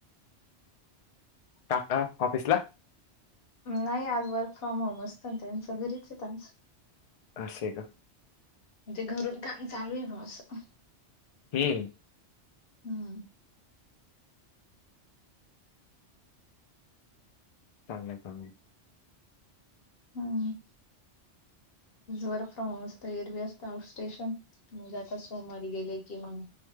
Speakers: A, on the left (about 75°); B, on the left (about 60°).
A: काका कॉफिस ला
B: नाही आज वर्क फ्रॉम होम असतं ना त्यांच घरीच येत आज
A: अस का
B: म्हणजे घरून काम चालू आहे भा असं
A: ह
B: हम्म
A: चांगला चांग आहे
B: हम्म वर्क फ्रॉम होम असत एरवी असत आउट स्टेशन म्हणजे आता सोमवारी गेले कि मग